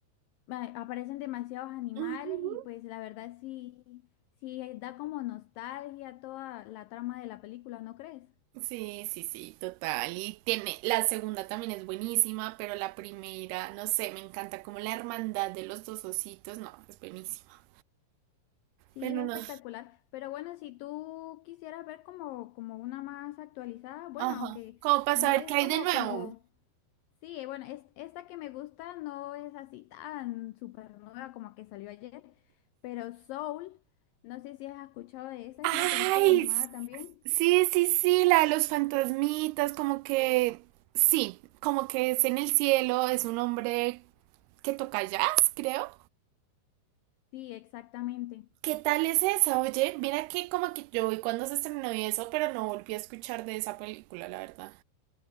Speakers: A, on the left (about 85°); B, on the right (about 80°).
A: ma- aparecen demasiados animales
B: ujú.
A: y pues la verdad sí, sí eh, da como nostalgia toda la trama de la película, ¿no crees?
B: Sí, sí, sí, total. Y tiene, la segunda también es buenísima, pero la primera, no sé, me encanta como la hermandad de los dos ositos, no, es buenísima.
A: Sí,
B: Pero
A: es espectacular,
B: no,
A: pero bueno, si tú quisieras ver como, como una más actualizada, bueno,
B: ajá.
A: aunque
B: ¿Cómo para
A: no
B: saber
A: es
B: qué
A: como,
B: hay de nuevo?
A: como, sí, eh, bueno, es, esta que me gusta no es así tan súper nueva como que salió ayer, pero Soul, no sé si has escuchado de esa,
B: ¡Ay!
A: es una película animada también.
B: Sí, sí, sí, la de los fantasmitas, como que sí, como que es en el cielo, es un hombre que toca jazz, creo.
A: Sí, exactamente.
B: ¿Qué tal es esa? Oye, mira que como que yo vi cuando se estrenó y eso, pero no volví a escuchar de esa película, la verdad.